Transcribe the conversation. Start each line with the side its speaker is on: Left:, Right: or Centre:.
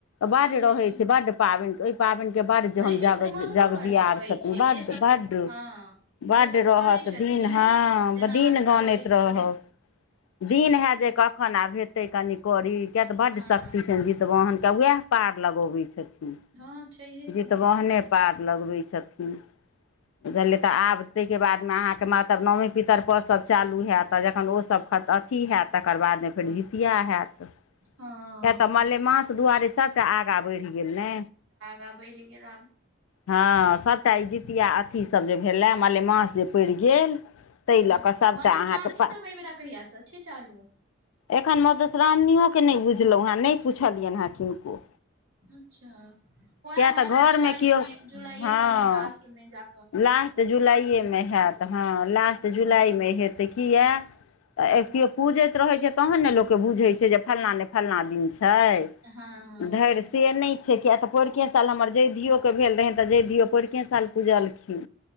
Left: बड
Right: छैहे
Left: रहै
Right: की
Left: छै, बड्ड पाबैन के पाबैन के बड्ड ज-हम-जग-जगजियार
Right: लेकिन उमंगो बड रहै
Left: छथिन,
Right: छै
Left: भड्ड-भड्ड
Right: जे सब हँ
Left: बड्ड
Right: जे सब
Left: रहत
Right: करै छथिन
Left: दि इन हँ,
Right: जेना
Left: दिन
Right: अहाँ सब
Left: गानैत
Right: करै
Left: रहब,
Right: छियै छैहे
Left: दिन हैत
Right: की
Left: जे क खन आब हेतै कनि करी, कियैऽ तऽ बड्ड
Right: हँ
Left: शक्ति छैन जितबाहन के, वैह पार लगऽबै छथिन। हु,
Right: हँ छैहे
Left: जितबहने
Right: की से तऽ छै
Left: पार लगबै छथिन, बुझलियै त आब तैइ के बाद में अहाँ क त मातर नॉमी पितरपस सब चालू हैत, आ जखन ओ स सब खत-अथी हैत, तकर बाद में फेर
Right: हँ
Left: जितिया हैत।
Right: हँ
Left: कियैऽ तऽ मलेमास दुआरे सबटा आगा बढ़ि गेल ने।
Right: अगा बेढब गेल आब
Left: हाँ सँभटा ई जितिया अथीसँभ जे भेले मलेमास जे पड़ि गेल ते
Right: ह
Left: लऽके सँभटा
Right: मधुश्रावणी
Left: अहाँके प
Right: सब एहि बेेरा कहिया स छै चालू
Left: एखन मधुश्रामणीयो के नहि बुझलहुँ हेँ नइ पुछलियनि हेँ किनको
Right: अच्छा उएह
Left: किएक
Right: हैत
Left: तऽ घरमे
Right: जुला
Left: केओ
Right: मे जुलाइए
Left: हँ
Right: सँभमे लास्टमे जा
Left: लास्ट जुलाइएमे हैत हाँ लास्ट
Right: हँ
Left: जुलाइ मे हेत तऽ किये यए तऽ केओ पूजैत रहैत छैय तहन ने लोकके बुझैत छैय जे फलना नै फलना दिन छैय,
Right: हँ हँ
Left: धइर से नइ छैय किएक तऽ पररुके साल हमर जयधियओ के भेल रहनि तऽ जयधिओ पररुकेे साल पुजलखिन